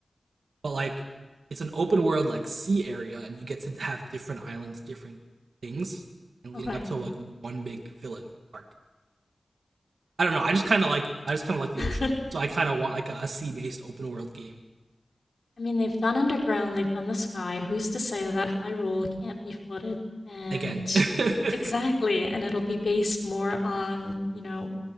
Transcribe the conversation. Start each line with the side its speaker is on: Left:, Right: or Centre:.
Right: but like it's an open world like sea area, and you get to have different islands, different things, and leading
Left: Okay.
Right: up to like one big villain arc. I don't know. I just
Left: Okay.
Right: kind of like I just kind of like the
Left: <laughs>
Right: ocean, so I kind of want like a, a sea based open world game
Left: I mean, they've done underground, they've done the sky. Who's to say that Hyrule can't be flooded? And
Right: again. <laughs>
Left: exactly, and it'll be based more on, you know,